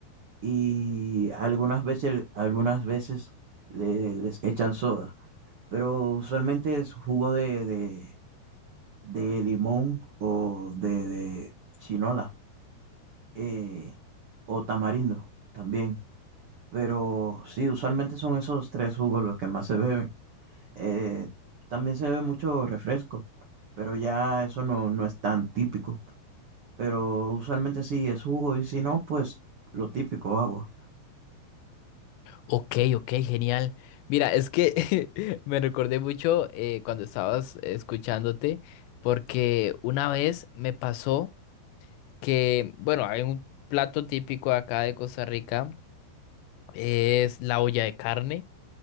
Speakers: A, on the right (about 60°); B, on the left (about 85°).
A: y algunas veces, algunas veces le- les echan soda. pero usualmente es jugo de, de, de limón o de, de chinola eh, o tamarindo también. Pero sí, usualmente son esos tres jugos los que más se beben. Eh, también se bebe mucho refresco, pero ya eso no, no es tan típico. Pero usualmente sí es jugo y si no, pues lo típico, agua.
B: Ok, ok, genial. Mira, es que <laughs> me recordé mucho eh, cuando estabas escuchándote porque una vez me pasó que, bueno, hay un plato típico acá de Costa Rica Es la olla de carne,